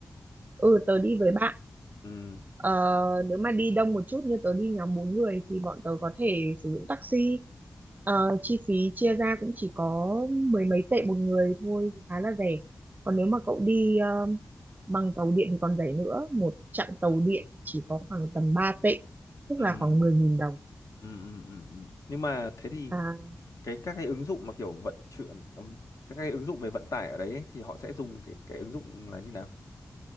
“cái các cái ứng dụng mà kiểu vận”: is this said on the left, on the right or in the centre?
Left